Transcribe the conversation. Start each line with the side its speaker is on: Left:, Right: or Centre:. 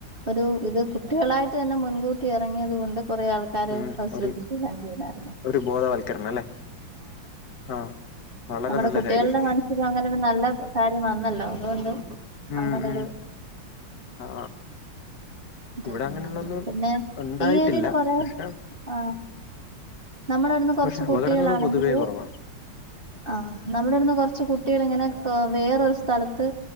Right: ഒരു ഇത് കുട്ടികളായിട്ട് തന്നെ മുൻകൂട്ടി ഇറങ്ങിയത് കൊണ്ട് കുറേ ആൾക്കാര്
Left: ഉം
Right: അത്
Left: ഒരു
Right: ശ്രദ്ധിക്ക <unintelligible>
Left: ഒരു ബോധവൽക്കരണം അല്ലേ? ആ വളരെ
Right: നമ്മടെ
Left: നല്ല
Right: കുട്ടികളുടെ
Left: കാര്യം
Right: മനസ്സിലും അങ്ങനെ ഒരു നല്ല കാര്യം വന്നല്ലോ. അതുകൊണ്ട്
Left: ഉം
Right: അങ്ങനൊരു
Left: ഉം ആ
Right: ഇതെല്ലണ്ടാർന്നു.
Left: ഇവിടെ അങ്ങനെയുള്ളൊന്നും
Right: പിന്നെ
Left: ഉണ്ടായിട്ടില്ല
Right: ഈ ഏരിയേല് കൊറെ,
Left: പക്ഷെ
Right: ആ. നമ്മുടെ ഇവിടുന്ന് കൊറച്ച്
Left: പക്ഷെ അപകടങ്ങൾ
Right: കുട്ടികളാണെങ്കില്
Left: പൊതുവേ കുറവാണ്
Right: ആ നമ്മുടെ ഇവ്ടുന്ന് കൊറച്ച് കുട്ടികളിങ്ങനെ വേറൊരു സ്ഥലത്ത്